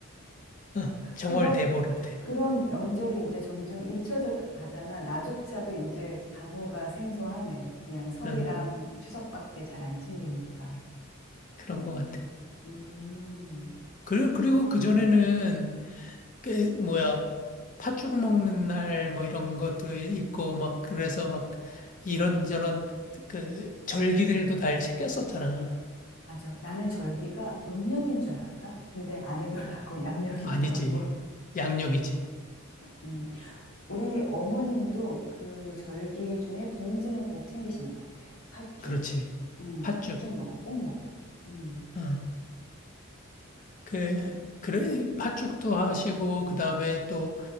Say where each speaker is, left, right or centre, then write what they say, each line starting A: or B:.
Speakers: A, on the left; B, on the left.
A: 어, 정월
B: 그런,
A: 대보름 때.
B: 그런 명절이 이제 점점 잊혀져 가잖아. 나조차도 이제 단어가 생소하네. 그냥 설이랑
A: 어,
B: 추석밖에 잘 안 챙기니까.
A: 그런
B: 음,
A: 것 같아.
B: 음,
A: 그리고, 그리고 그전에는, 그, 뭐야, 팥죽 먹는 날, 뭐 이런 것도 있고, 막, 그래서 막, 이런저런, 그, 절기들도 날 챙겼었잖아.
B: 맞아. 나는 절기가 음력인 줄 알았다. 근데 아니더라고. <laughs> 양력이더라고.
A: 아니지. 양력이지.
B: 음, 우리 어머님도 그 절기 중에 동지는 꼭 챙기시는 것 같아. 팥죽.
A: 그렇지.
B: 음,
A: 팥죽.
B: 팥죽 먹어. 꼭 먹어. 음,
A: 어. 그,
B: 그렇구나.
A: 그래, 팥죽도 하시고, 그 다음에 또,